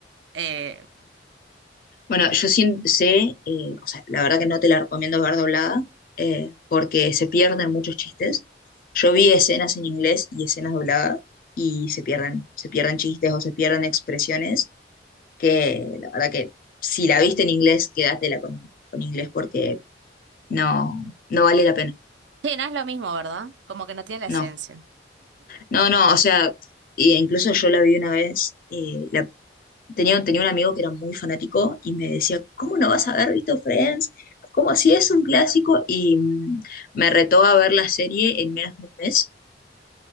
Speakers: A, on the right; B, on the left.
A: Eh,
B: Bueno, yo sí sé, eh, o sea, la verdad que no te la recomiendo ver doblada, eh, porque se pierden muchos chistes. Yo vi escenas en inglés y escenas dobladas y se pierden, se pierden chistes o se pierden expresiones que la verdad que si la viste en inglés, quédatela con, con inglés porque no, no vale la pena.
A: sí, no es lo mismo, ¿verdad? Como que no tiene la esencia.
B: No, no, no, o sea, e incluso yo la vi una vez, eh, la, Tenía, tenía un amigo que era muy fanático y me decía, ¿cómo no vas a haber visto Friends? ¿Cómo así es un clásico? Y mm, me retó a ver la serie en menos de un mes.